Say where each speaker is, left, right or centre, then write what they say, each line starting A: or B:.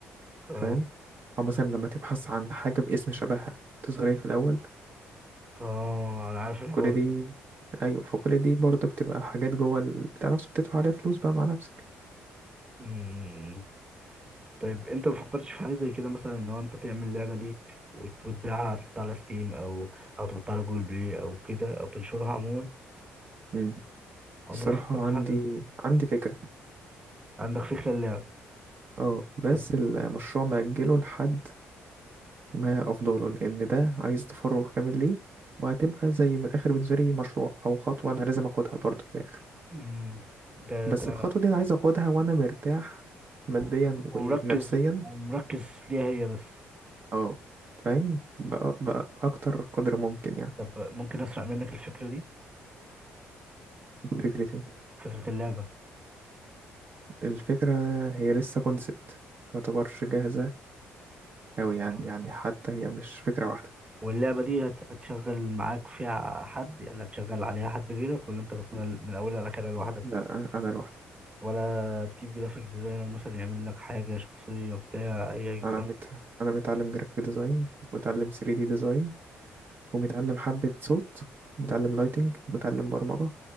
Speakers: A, on the right; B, on the right.
A: اه
B: فاهم او مثلا لما تبحث عن حاجة باسم شبهها تظهر ايه في الاول
A: اه انا عارف الحوار
B: كل دي ايوه فكل دي برضو بتبقى حاجات جوه بتاع نفسه بتدفع عليها فلوس بقى مع نفسك
A: ده طيب انت ما فكرتش في حاجه زي كده مثلا ان هو انت تعمل لعبه ليك وت- وتبيعها تحطها على ستيم او او تحطها على جوجل بلاي او كده او تنشرها عموما
B: مم.
A: عمرك
B: الصراحة
A: فكرت في
B: عندي
A: حاجه زي
B: عندي فكرة
A: عندك فكره اللعب
B: اه بس
A: طب
B: المشروع مأجله لحد ما أفضله لأن ده عايز تفرغ كامل ليه وهتبقى زي من الآخر بالنسبة لي مشروع أو خطوة أنا لازم أخدها برضه في الآخر
A: امم ده
B: بس
A: ده
B: الخطوة دي أنا عايز أخدها وأنا مرتاح ماديا
A: و-
B: ونفسيا
A: ومركز ومركز ليها هي بس
B: اه فاهم بقى, بقى أكتر قدر ممكن يعني
A: طب ممكن اسرق منك الفكره دي
B: فكرتي
A: فكره اللعبه
B: الفكرة هي لسه كونسبت متعتبرش جاهزة أوي يعني
A: اه
B: يعني حتى هي مش فكرة واحدة
A: واللعبه دي هت- هتشغل معاك فيها حد يعني هتشغل عليها حد غيرك ولا انت تكون من اولها لاخرها لوحدك
B: لا أنا لوحدي
A: ولا تجيب جرافيك ديزاينر مثلا يعمل لك حاجة شخصية بتاع أي أي كلام
B: أنا مت... أنا متعلم جرافيك ديزاين ومتعلم 3D ديزاين ومتعلم حبة صوت ومتعلم لايتنج ومتعلم برمجة